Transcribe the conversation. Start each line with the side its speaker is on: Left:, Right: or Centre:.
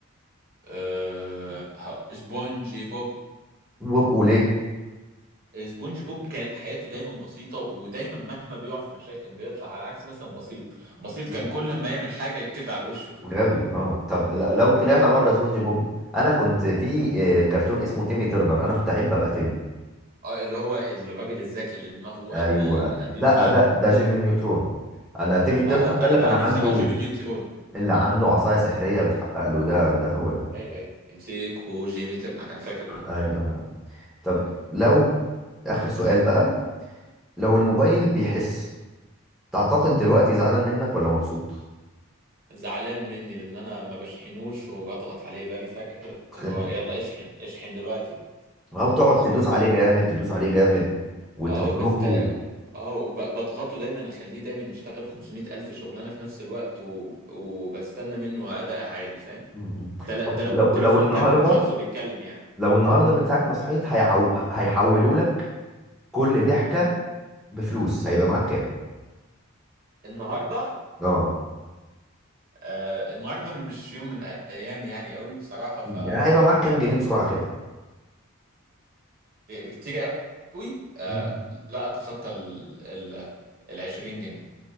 Right: أه ه- سبونجي بوب
Centre: وب- وليه
Right: سبونج بوب كانت حياته دايما بسيطة ودايما مهما بيقع في مشاكل بيطلع على عكس مثلا بسيط بسيط
Centre: مم.
Right: كان كل ما يعمل حاجة يتكفي على وشه
Centre: غبي اه طب ل-
Right: مم.
Centre: لو طلعنا بره سبونج بوب انا كنت في آه، كرتون اسمه تيمي ترنر انا كنت احب ابقى تيمي
Right: اه اللي هو الراجل الذكي اللي دماغه قد
Centre: ايوه
Right: قد
Centre: لا
Right: الفيل
Centre: ده ده جيمي نيوترون انا تيمي ترنر
Right: اه انا
Centre: ده اللي
Right: بقى
Centre: كان عنده
Right: نفسي ابقى جيمي نيوترون
Centre: اللي عنده عصاية سحرية بتحقق له ده ده هو ده
Right: ايوه ايوه امسكه جيمي ترنك انا فاكر الاغنية
Centre: ايوه طب
Right: أيوة.
Centre: لو اخر سؤال بقى لو الموبايل بيحس تعتقد دلوقتي زعلان منك ولا مبسوط
Right: زعلان مني لان انا ما بشحنوش وبضغط عليه باجي فجأة كده
Centre: <laughs>
Right: اللي هو يلا اشحن اشحن دلوقتي
Centre: او تقعد
Right: بس
Centre: تدوس
Right: بستخدم
Centre: عليه جامد تدوس عليه جامد وتفركه
Right: اه بس تا- اه وبضغطه دايما اخليه دايما يشتغل 500 الف شغلانه في نفس الوقت و... وبستنى منه اداء عالي فاهم
Centre: م- م.
Right: ده ل...
Centre: طب
Right: ده لو
Centre: لو
Right: التليفون
Centre: لو النهارده
Right: كان شخصه بيتكلم يعني
Centre: لو النهارده من ساعه ما صحيت هيعو... هيحولوا لك كل ضحكه بفلوس هيبقى معاك كام
Right: النهارده
Centre: اه
Right: آه النهارده مش يوم من الايام يعني قوي بصراحه ف
Centre: يعني هيبقى معاك كام جنيه بسرعه كده
Right: بكتير قوي آه
Centre: م.
Right: لا اتخطى ال ال ال 20 جنيه